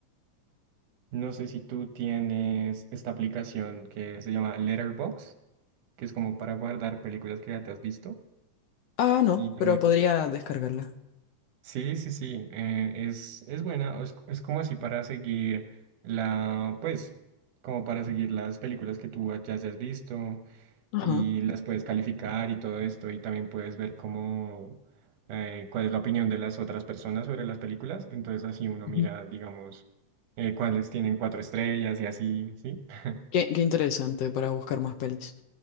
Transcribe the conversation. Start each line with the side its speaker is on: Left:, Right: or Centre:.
Right: No sé si tú tienes esta aplicación que se llama Letterboxd, que es como para guardar películas que ya te has visto.
Left: Ah, no,
Right: Y también
Left: pero podría descargarla.
Right: Sí, sí, sí, eh, es, es buena, es, es como así para seguir la, pues, como para seguir las películas que tú ya hayas visto
Left: Ajá.
Right: y las puedes calificar y todo esto y también puedes ver cómo, eh, cuál es la opinión de las otras personas sobre las películas, entonces así uno mira,
Left: ujú.
Right: digamos, eh, cuáles tienen cuatro estrellas y así, ¿sí? <laughs>
Left: Qué, qué interesante para buscar más pelis.